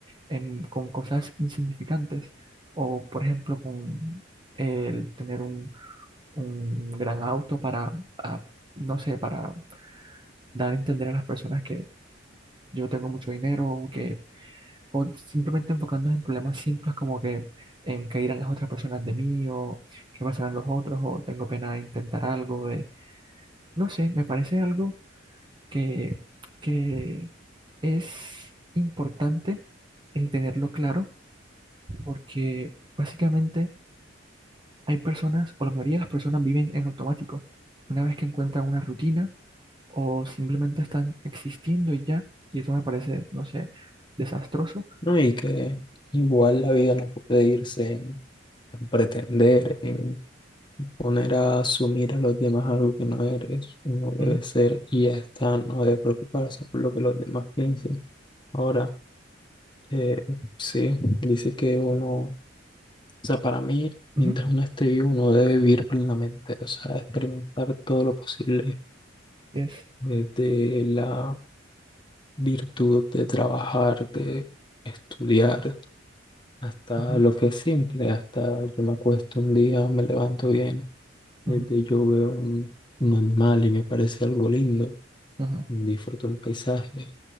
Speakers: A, on the right (about 25°); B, on the left (about 25°).
A: en- con cosas insignificantes o, por ejemplo, con el tener un, un gran auto para, ah, no sé, para dar a entender a las personas que yo tengo mucho dinero o que, o simplemente enfocándonos en problemas simples como que en qué irán las otras personas de mí o qué pasarán los otros o tengo pena de intentar algo de, no sé, me parece algo que, que es importante el tenerlo claro porque básicamente hay personas, o la mayoría de las personas viven en automático. Una vez que encuentran una rutina o simplemente están existiendo y ya, y eso me parece, no sé, desastroso.
B: No, y que igual la vida no puede irse en, en pretender, en poner a asumir a los demás algo que no eres. Uno debe
A: Ujú,
B: ser y ya está, no debe preocuparse por lo que los demás piensen. Ahora, eh, sí, dice que uno, o sea, para mí,
A: ujú,
B: mientras uno esté vivo, uno debe vivir plenamente, o sea, experimentar todo lo posible
A: Así es.
B: desde la virtud de trabajar, de estudiar, hasta
A: Ujú,
B: lo que es simple, hasta yo me acuesto un día, me levanto bien,
A: ujú,
B: desde yo veo un, un animal y me parece algo lindo,
A: ujú,
B: disfruto un paisaje.